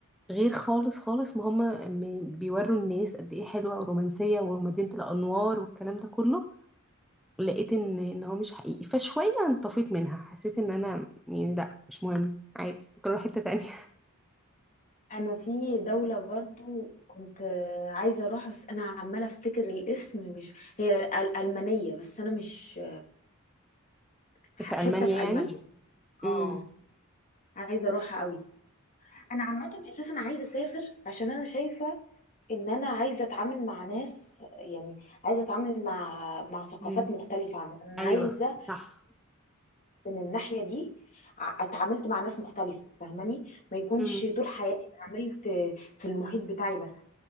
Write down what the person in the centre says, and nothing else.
غير خالص خالص ما هم م- بيوروا الناس قد ايه حلوه ورومانسيه ومدينه الانوار والكلام ده كله لقيت ان ان هو مش حقيقي فشويه انطفيت منها حسيت ان انا يعني لا مش مهم عادي ممكن اروح حته تانية
<laughs> في
المانيا
يعني
امم
امم
ايوه
صح
امم.